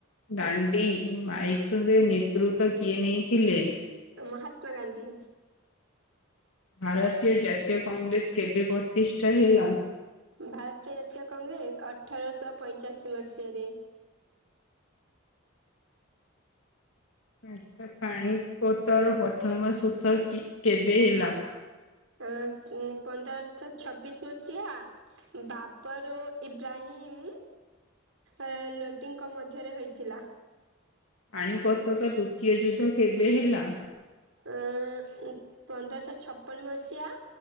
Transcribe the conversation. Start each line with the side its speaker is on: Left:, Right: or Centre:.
Left: ଦାଣ୍ଡି ମାଇକ୍ରେରେ ନେତୃତ୍ୱ କିଏ ନେଇଥିଲେ?
Right: ତ ମହାତ୍ମା ଗାନ୍ଧୀ।
Left: ଭାରତୀୟ ଜାତୀୟ କଂଗ୍ରେସ କେବେ ପ୍ରତିଷ୍ଠା ହେଲା?
Right: ଭାରତୀୟ ଜାତୀୟ କଂଗ୍ରେସ ଅଠରଶହ ପଇଁଚାଅଶୀ ମସିହାରେ।
Left: ଆଚ୍ଛା ପାନିପଥର ପ୍ରଥମ ସୂତ କି କେବେ ହେଲା?
Right: ଅ ଉଁ ପନ୍ଦର ଶହ ଛବିଶି ମସିହା ବାବରୋ ଇବ୍ରାହିମ୍ ଏ ଲୋଦିଙ୍କ ମଧ୍ୟରେ ହୋଇଥିଲା।
Left: ପାଣି ପତକା ତୃତୀୟ ଯୁଦ୍ଧ କେବେ ହେଲା?
Right: ଅଁ ଉଁ ଅପନ୍ଦରଶହ ଛପନ ମସିହା